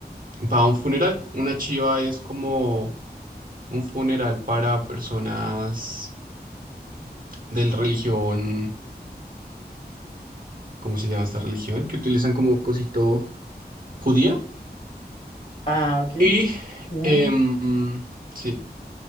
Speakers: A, on the right (about 55°); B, on the left (about 45°).
A: va a un funeral. Una chiva es como un funeral para personas de religión ¿cómo se llama esta religión? Que utilizan como cosito judía.
B: Ah, ok.
A: Y,
B: Ya.
A: em, sí,